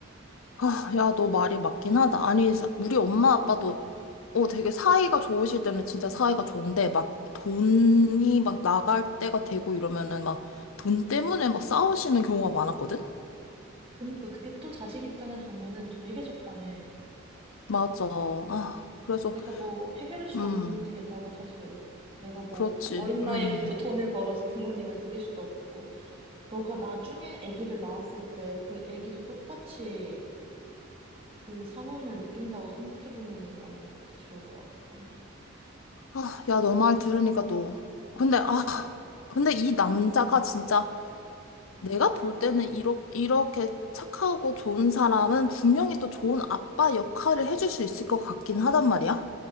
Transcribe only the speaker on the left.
아, 야, 너 말이 맞긴 하다. 아니, 사- 우리 엄마 아빠도 어, 되게 사이가 좋으실 때는 진짜 사이가 좋은데 막 돈이 막 나갈 때가 되고 이러면은 막 돈 때문에 막 싸우시는 경우가 많았거든?
맞아. 아, 그래서,
음,
그렇지.
음.
아, 야, 너 말 들으니까 또. 근데, 아, 근데 이 남자가 진짜 내가 볼 때는 이러, 이렇게 착하고 좋은 사람은 분명히 또 좋은 아빠 역할을 해줄 수 있을 것 같긴 하단 말이야.